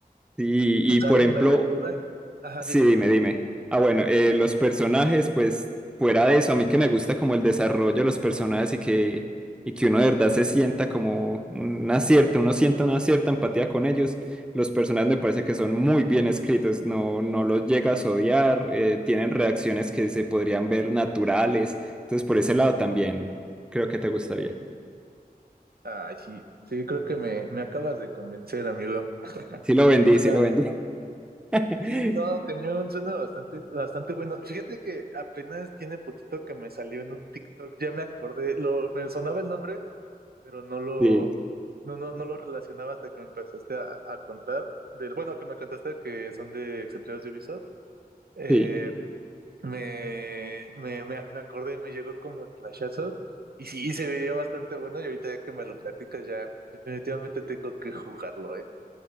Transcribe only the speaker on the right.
¿Sabes?
Me recuerda... Ajá,
dime,
dime.
Ay, sí. Sí, creo que me, me acabas de convencer, amigo. <laughs>
Suena
Sí, no, cañón, suena bastante, bastante bueno. Fíjate que apenas tiene poquito que me salió en un TikTok, ya me acordé, lo, me sonaba el nombre, pero no lo,
no, no, no lo relacionaba hasta que me empezaste a, a contar, del, bueno, que me contaste que son de exemplares de Ubisoft. Eh,
me, me, me, me acordé, me llegó como el flashazo, y sí, se veía bastante bueno, y ahorita ya que me lo platicas, ya definitivamente tengo que jugarlo,